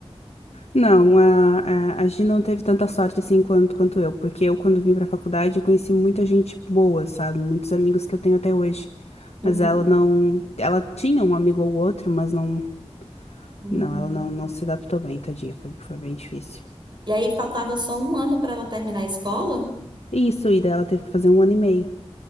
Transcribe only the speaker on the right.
Uhum.
Hum.
E aí faltava só um ano pra ela terminar a escola?